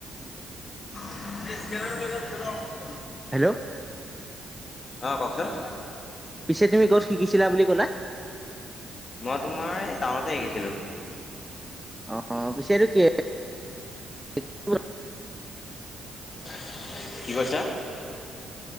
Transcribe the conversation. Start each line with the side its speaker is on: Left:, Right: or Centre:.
Left: <unintelligible>
Centre: হেল্ল'।
Left: অ কওঁকচোন।
Centre: পিছে তুমি ক'ত শিকিছিলা বুলি ক'লা?
Left: মই তোমাৰ এই টাউনতে শিকিছিলো।
Centre: অ পিছে এইটো কি <unintelligible>
Left: <unintelligible> কি কৈছা?